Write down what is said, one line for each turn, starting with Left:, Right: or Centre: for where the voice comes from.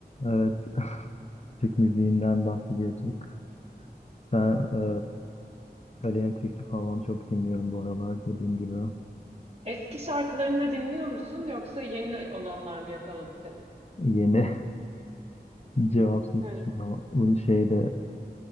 Left: Evet, Türk müziğinden bahsediyorduk. Ben e, Aleyna Tilki falan çok dinliyorum bu aralar dediğim gibi.
Right: Eski şarkılarını da dinliyor musun yoksa yeni olanlar mı yakaladı seni?
Left: Yeni <laughs> Cevapsız
Right: He.
Left: Çınlama. Bunu şeyde